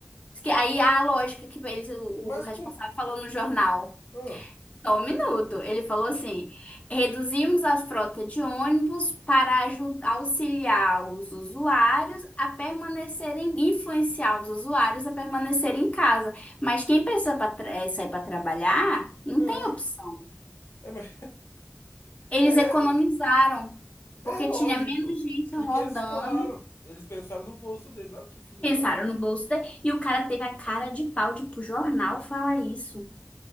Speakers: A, on the left; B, on the left.
A: Diz que Aí a lógica que eles, o
B: Mas
A: o responsável
B: com.
A: falou no jornal.
B: Ah,
A: Só um minuto. Ele falou assim: reduzimos a frota de ônibus para aju- auxiliar os usuários a permanecerem, influenciar os usuários a permanecerem em casa. Mas quem precisa pra tra- eh, sair para trabalhar, não
B: é,
A: tem opção.
B: é, mas-
A: Eles
B: é,
A: economizaram,
B: é
A: porque
B: lógico.
A: tinha menos gente
B: Porque,
A: rodando.
B: eles, claro, eles pensaram no bolso deles. Olha que filhos
A: Pensaram
B: da mãe.
A: no bolso dele, e o cara teve a cara de pau de ir pro jornal falar isso.